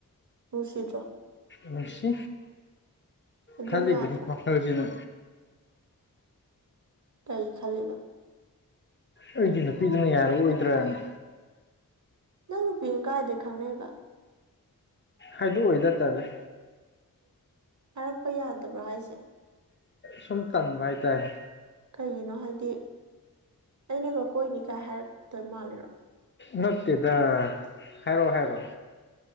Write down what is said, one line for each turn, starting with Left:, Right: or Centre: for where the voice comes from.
Right: ꯅꯨꯡꯁꯤꯗꯔꯣ
Left: ꯅꯨꯡꯁꯤ
Right: ꯑꯗꯨ
Left: ꯈꯜꯂꯤꯕꯅꯤ
Right: ꯌꯥꯗ꯭ꯔꯣ
Left: ꯋꯥꯈꯜꯖꯤꯅ
Right: ꯀꯩ ꯈꯜꯂꯤꯕ
Left: ꯑꯩꯒꯤ ꯅꯨꯄꯤꯗꯨꯅ ꯌꯥꯔꯛꯑꯣꯏꯗ꯭ꯔꯅ
Right: ꯅꯪ ꯅꯨꯄꯤꯅ ꯀꯥꯏꯗꯩ ꯈꯪꯅꯩꯕ
Left: ꯍꯥꯏꯗꯣꯛ ꯑꯣꯏꯗ ꯇꯜꯂꯦ
Right: ꯍꯥꯏꯔꯛꯄ ꯌꯥꯗꯕ꯭ꯔꯥ ꯍꯥꯏꯁꯦ
Left: ꯁꯨꯝ ꯇꯟꯕ ꯍꯥꯏꯇꯥꯔꯦ
Right: ꯀꯩꯒꯤꯅꯣ ꯍꯥꯏꯗꯤ ꯑꯩꯅꯒ ꯀꯣꯏꯅꯤꯒ ꯍꯥꯏꯔꯛꯇꯣꯏ ꯃꯥꯂꯤꯔꯣ
Left: ꯅꯠꯇꯦꯗ ꯍꯥꯏꯔꯣꯑꯣ ꯍꯥꯏꯔꯣꯑꯣ